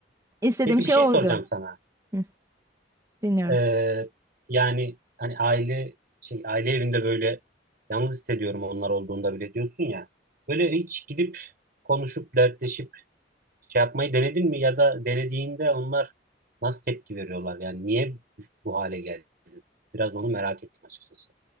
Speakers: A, on the right; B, on the right.
A: İstediğim
B: Peki
A: şey
B: bir şey
A: oydu.
B: soracağım sana.
A: Hı, dinliyorum.
B: Ee, yani hani aile şey aile evinde böyle yalnız hissediyorum onlar olduğunda bile diyorsun ya. Böyle hiç gidip konuşup dertleşip şey yapmayı denedin mi ya da denediğinde onlar nasıl tepki veriyorlar? Yani niye bu, bu hale geldi? Biraz onu merak ettim açıkçası.